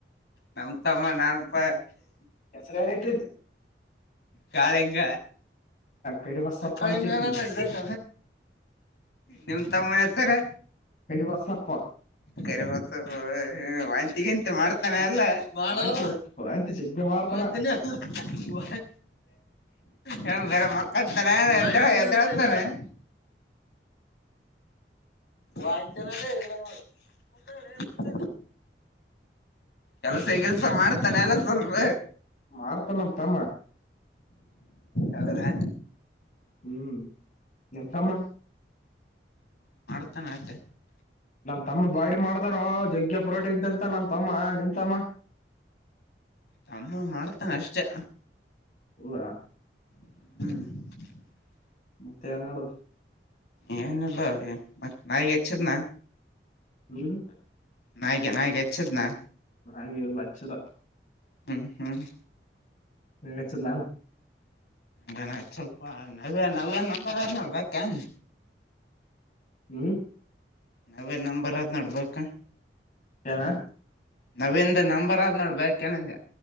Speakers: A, on the left (about 70°); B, on the left (about 45°).
A: ನಮ್ ತಮ್ಮ ನಾನಪ್ಪ...
B: ಹೆಸರ ನ ಇಟ್ಟ್ರ <inaudible>
A: ಕಾಳೆಂಗ...
B: ಕರಿ ಬಸಪ್ಪ
A: ಅವ್ರ ಕಳ
B: ಅಂತ ಇಟ್ನಿ
A: ಬೆದ ನಿಮ್ ತಮ್ಮನ ಹತ್ತಾರೆ...
B: ಎ ವಸಪ್ಪ <inaudible>
A: ಕರಿಬಸ ವಂತಗಂತ ಮಾಡ್ತಾನ ಎಲ್ಲಾ... ಮಾಡಾಣಲ
B: ವಾಂತಿ ವಾಂತಿ ಜಗ್ಗೆ ಮಾಡ್ತಾನ
A: ವಂತನ ವ... ಹ ಬರ ಮಕ್ಕ ತನ ಎ ಎ ತನೆ <inaudible> ವಾಾಯಚನದೇ ಇಲ್ಲ ನೋಡಿ ಕುಟ... ಕೆಲ್ಸ ಕೆಲ್ಸ ಮಾಡ್ತಾನೆ ಎಲ್ಲ ಸ್ವಲ್ಪ...
B: ಮಾಡ್ತ ನಮ ತಮ್ಮ.
A: ಹೌದಾ!
B: ಹ್ಮ್ ಎಂತಮ್ಮ.
A: ಸತ್ತೆ.
B: ನಮ ತಮ್ಮ ಬಾಡಿ ಮಾಡ್ತಾರೋ ಜಗ್ಗೆ ಪ್ರೋಟೀನ್ ತಿಂತ ನಮ ತಮ್ಮ ನಿಮ ತಮ್ಮ....
A: ತಮ್ಮ ಮಾಡ್ತಾನ ಅಷ್ಟೆ...
B: ಇಲ್ಲ..
A: ಹ್ಮ್ <inaudible>
B: ಮತ್ತೆ ನಾಳದು...
A: ಏನುಲ್ಲ ಮತ್ತೆ ನಾಯಿಗೆ ಹೆಚ್ಚದನಾ..
B: ಹ್ಮ <inaudible>
A: ನಾಯ್ಕ ನಾಯ್ಕ ಇಚ್ಚದನಾ...
B: ನೆ ಎಲ್ಲ ಹಚ್ಚದ.
A: ಹ್ಮ್ ಹ್ಮ್....
B: ಹ ಚಂದಾನ್...
A: ಗಣತ್ ಸ್ವಲ್ಪ ನವ್ಯ ನವೇ ನಂಬರ್ ಆದ್ ನೋಡ್ಬೇಕನ್...
B: ಹ್ಮ್ <inaudible>
A: ನಾವೇ ನಂಬರ್ ಅದ್ ನೋಡ್ಬೇಕ
B: ಯಾನ್
A: ನಾವಿಂದ ನಂಬರ್ ಆದ್ ನೋಡ್ ಬ್ಯಾ ಏನಿಂದ